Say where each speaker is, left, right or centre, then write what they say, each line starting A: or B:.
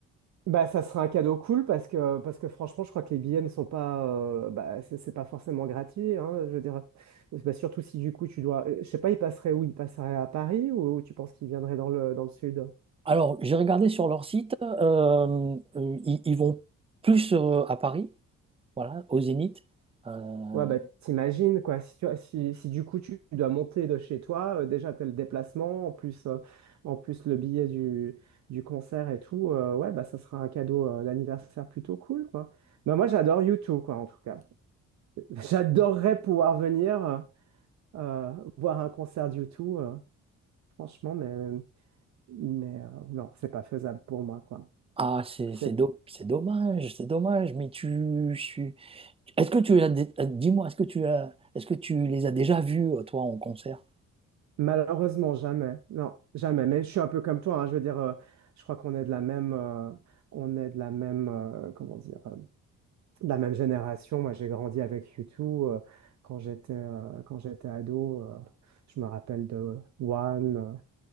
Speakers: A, on the right; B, on the right.
A: Bah ça sera un cadeau cool parce que parce que franchement je crois que les billets ne sont pas euh, bah c'est c'est pas forcément gratuit hein, je veux dire Bah, surtout si du coup tu dois euh, je sais pas ils passeraient où ils passeraient à Paris ou, tu penses qu'ils viendraient dans le dans le sud
B: Alors, j'ai regardé sur leur site, euh, euh, ils, ils vont plus euh, à Paris, voilà, au Zénith. Euh,
A: Ouais, bah, t'imagines, quoi, si, tu, si, si du coup tu dois monter de chez toi, euh, déjà t'as le déplacement, en plus, euh, en plus le billet du, du concert et tout, euh, ouais, bah ça sera un cadeau euh, d'anniversaire plutôt cool, quoi. Bah, moi j'adore U2, quoi, en tout cas. <laughs> J'adorerais pouvoir venir euh, euh, voir un concert d'U2, euh, franchement, mais, mais euh, non, c'est pas faisable pour moi, quoi.
B: ah, c'est
A: C'est
B: c'est do- c'est dommage, c'est dommage, mais tu, je suis- Est-ce que tu as euh, dis-moi, est-ce que tu as, est-ce que tu les as déjà vus, euh, toi, en concert?
A: Malheureusement, jamais. Non, jamais. Mais je suis un peu comme toi. hein. Je veux dire, euh, je crois qu'on est de la même, euh, on est de la même, euh, comment dire, euh, de la même génération. Moi, j'ai grandi avec YouTube quand j'étais, euh, quand j'étais ado. euh, je me rappelle de One, euh,